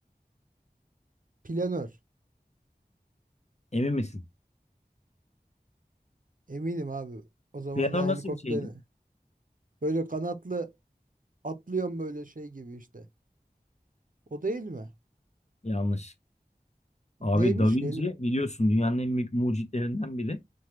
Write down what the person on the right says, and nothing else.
Planör.
Eminim abi. O zaman
da
helikopterin.
Böyle kanatlı atlıyorsun böyle şey gibi işte. O değil mi?
Neymiş
ki?